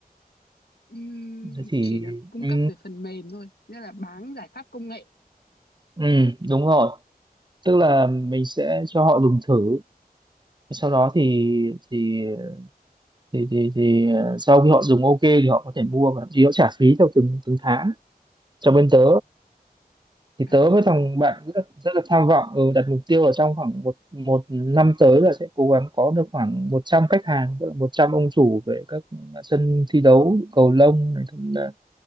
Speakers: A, on the left; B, on the right.
A: Ừm,
B: thế thì
A: chỉ là cung
B: ừ,
A: cấp về phần mềm thôi nghĩa là bán giải pháp công nghệ
B: ừ, đúng rồi tức là mình sẽ cho họ dùng thử sau đó thì thì thì thì thì ờ, sau khi họ dùng ok thì họ có thể mua và thì họ trả phí theo từng từng tháng cho bên tớ thì
A: à
B: tớ với thằng bạn rất, rất là tham vọng ừ, đặt mục tiêu là trong khoảng một một năm tới là sẽ cố gắng có được khoảng 100 khách hàng tức là 100 ông chủ về các sân thi đấu cầu lông này cũng là